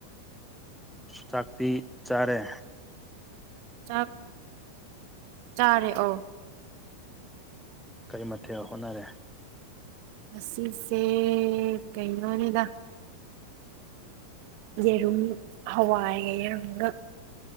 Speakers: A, in the centre; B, on the right.
A: ꯆꯥꯛꯇꯤ ꯆꯥꯔꯦ
B: ꯆꯥꯛ ꯆꯥꯔꯦ ꯑꯧ
A: ꯀꯔꯤ ꯃꯊꯦꯜ ꯍꯣꯠꯅꯔꯦ
B: ꯉꯁꯤꯁꯦ ꯀꯩꯅꯣꯅꯤꯗ ꯌꯦꯔꯨꯝ ꯍꯋꯥꯏꯒ ꯌꯦꯔꯨꯝꯒ